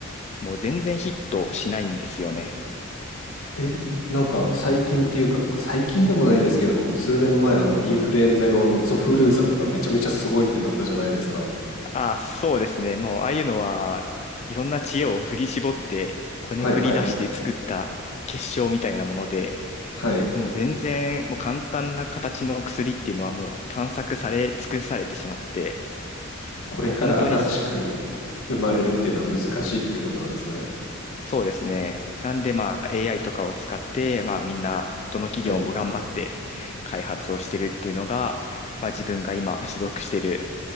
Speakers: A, on the left; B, on the left.
A: もう全然ヒットしないんですよね。
B: え、でも、なんか最近っていうか、まあ、最近でもないですけど、数年前、あの、インフルエンザ用のゾフルーザとかめちゃめちゃすごいってなったじゃないですか。
A: あ、そうですね。もう、ああいうのは、いろんな知恵を振り絞って、こねくり出して作った結晶みたいなもので、
B: はいはい。はい。
A: もう全然、もう簡単な形の薬っていうのはもう探索され尽くされてしまって、
B: これから新しく
A: もう本当に
B: 生まれるっていうのは難しいっていうことなんですね。
A: そうですね。なんでまあ AI とかを使って、まあみんな、どの企業も頑張って開発をしてるっていうのが、
B: はい。
A: まあ自分が今所属してる